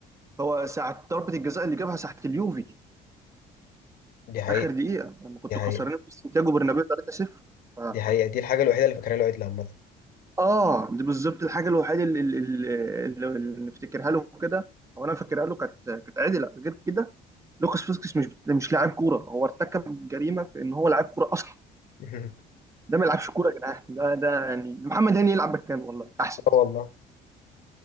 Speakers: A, on the right; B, on the left.
A: هو ساعه ضربه الجزاء اللي جابها ساعه اليوفي
B: دي حقيقة
A: اخر دقيقه لما كنتوا
B: دي حقيقة
A: خسرانين في سانتياغو برنابيو 3-0 ف-
B: دي حقيقة دي الحاجة الوحيدة اللي فاكرها له عيد لما
A: اه دي بالظبط الحاجه الوحيده اللي, اللي, اللي, اللي نفتكرها له كده او انا فاكرها له كانت كانت عدله غير كده لوكاس فاسكس مش مش لاعب كوره هو ارتكب جريمه في ان هو لاعب كوره اصلا
B: <laughs>
A: ده ما يلعبش كوره يا جدعان ده ده يعني محمد هاني يلعب مكانه والله احسن
B: اه والله